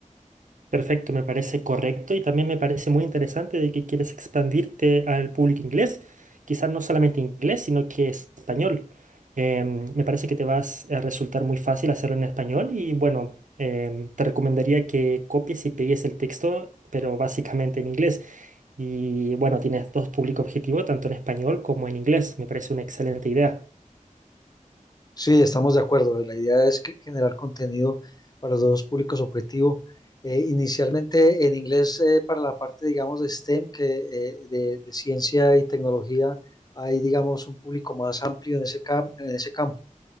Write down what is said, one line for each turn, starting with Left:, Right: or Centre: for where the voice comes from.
Right: Perfecto, me parece correcto y también me parece muy interesante de que quieres expandirte al público inglés, quizás no solamente inglés, sino que es español. Em, me parece que te vas a resultar muy fácil hacerlo en español y bueno, em, te recomendaría que copies y pegues el texto, pero básicamente en inglés. Y bueno, tienes dos públicos objetivos, tanto en español como en inglés. Me parece una excelente idea.
Left: Sí, estamos de acuerdo. La idea es que- generar contenido para los dos públicos objetivo. Eh, inicialmente en inglés eh, para la parte, digamos, de STEM, que eh, de, de ciencia y tecnología, hay, digamos, un público más amplio en ese, cam- en ese campo